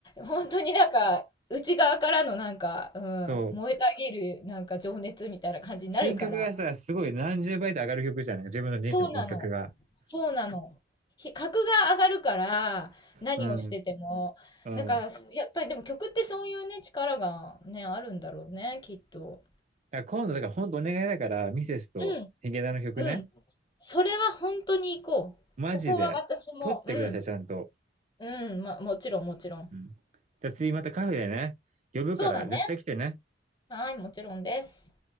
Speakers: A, on the left; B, on the right.
A: 本当になんか、内側からのなんか、うん、
B: そう。
A: 燃えたぎるなんか情熱みたいな感じになるから。
B: 品格がさ、すごい何十倍と上がる曲じゃん。なんか自分の人生の品格が。
A: そうなの。そうなの。ひ格が上がるから、何をしてても。
B: うん。うん。
A: だから、やっぱりでも曲ってそういうね、力がね、あるんだろうね、きっと。
B: だから今度、だから本当お願いだから、ミセスとヒゲダンの曲ね。
A: うん、うん。それは本当に行こう。
B: マジで。
A: そこは私も、
B: 取ってください、
A: うん、
B: ちゃんと。
A: うん、まあ、もちろん、もちろん。
B: うん。じゃあ次またカフェでね、呼ぶから絶対来てね。
A: そうだね。はい、もちろんです。